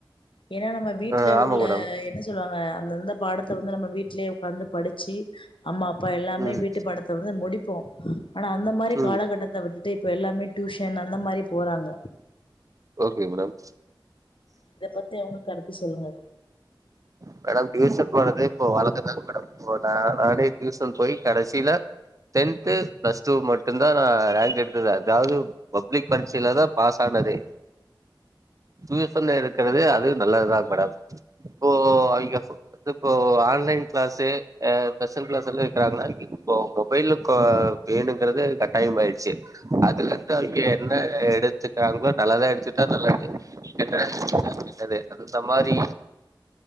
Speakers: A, on the left; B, on the right.
A: து <unintelligible> ஏன்னா நம்ம வீட்டுல
B: ஆ ஆமா
A: உள்ள
B: மேடம்
A: என்ன சொல்லுவாங்க அந்தந்த பாடத் வந்து நம்ம வீட்டிலயே உக்காந்து படிச்சு ச்சு அம்மா அப்பா எல்லாமே
B: ம்
A: வீட்டு படத்தை வந்து முடி ப்பா ஆனா அந்த மாதரி
B: ம்
A: காலகட்டத்தை விட்டுட்டு இப்போ எல்லாமே டியூசன் அந்த மாரி போறாங்க
B: ஓகே மேடம்
A: இத பத்தி அவனுக்கு கருத்து சொல்லுங்க
B: மேடம் டியூசன் போறதே இப்போ வழக்கம் தான் மேடம் இப்ப நான் நானே டியூசன் போய் கடைசில டென்து பிளஸ் டூ மட்டும் தான் நான் ரேங்க் எடுத்தது அதாவது பப்ளிக் பரிட்சலதான் பாஸ் ஆனதே டியூசன் எடுக்கிறது அது நல்லதுதாங்க மேடம் இப்போ அவைங்க வந்து இப்போ ஆன்லைன் கிளாஸ் ஹ ஸ்பெஷல் கிளாஸ் எல்லாம் வைக்கிறாங்கன்னா இப்போ மொபைல் வேணுங்குறது கட்டாயம் ஆயிடுச்சு அதுல இருந்து அவைங்க என்ன எடுத்துக்கிறாங்களோ நல்லதா எடுத்துகிட்டா நல்லது கெட்டதா எடுத்துகிட்டா கெட்டது அந்த மாரி